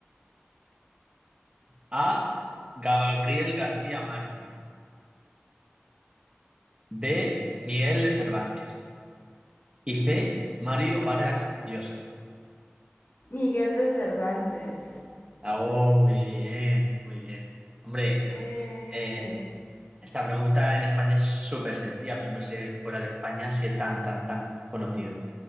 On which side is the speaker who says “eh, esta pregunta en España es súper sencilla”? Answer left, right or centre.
Right